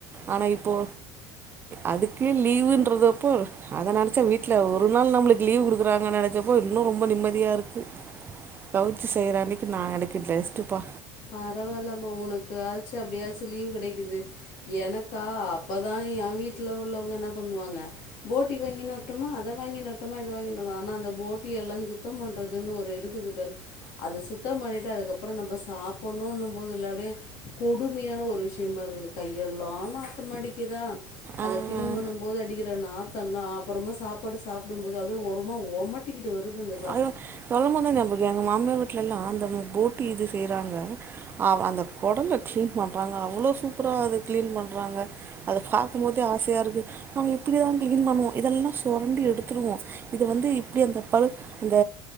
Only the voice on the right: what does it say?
ஆனா இப்போ அதுக்கு லீவுன்றதப்போ அத நெனச்சா வீட்ல ஒரு நாள் நம்மளுக்கு லீவ் குடுக்குறாங்க நெனச்சப்போ இன்னு ரொம்ப நிம்மதியா இருக்கு கவுச்சி செய்ற அன்னைக்கு நா எனக்கு ரெஸ்டுப்பா
ஆ
அயோ சொல்லம் போதா நா எங்க மாமியார் வீட்லல்லா அந்த போட்டி இது செய்றாங்க அவ அந்த குடல்ல க்ளீன் பண்றாங்க அவ்ளோ சூப்பரா அத க்ளீன் பண்றாங்க அத பாக்கும் போதே ஆசையா இருக்கு நம்ம இப்டிதா க்ளீன் பண்ணுவோ இதெல்லா சொரண்டி எடுத்துருவோ இது வந்து இப்டி அந்த பல் இந்த